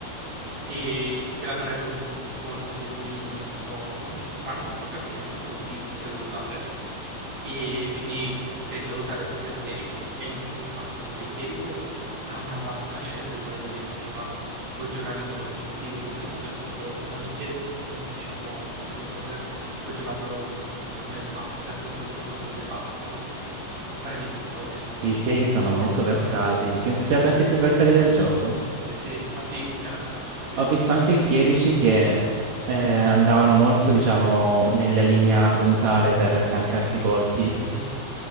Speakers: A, on the right; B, on the right.
A: e che l'hanno reso un po' debolino, un po' dif- tan- forse anche un po' difficile da usare e quindi tendo a usare sempre il chierico e mi piace un sacco perché il chierico ha una vasta scelta di modalità di essere giocato. Puoi giocarlo in modo offensivo, puoi giocarlo in modo totalmente, mh, diciamo, da curatore, puoi giocarlo come buffer, puoi giocarlo come debuffer, puoi fare di tutto, e infatti
B: Sì, i chierici sono molto
A: penso sia
B: versatili.
A: una classe.
B: Penso
A: Sì,
B: sia la classe
A: penso
B: più versatile
A: sia una classe.
B: del gioco.
A: Sì, sì, infatti è la mia classe preferita
B: Ho visto
A: in assoluto.
B: anche chierici che eh, andavano molto, diciamo, nella linea frontale per tankarsi i colpi.
A: Mhm.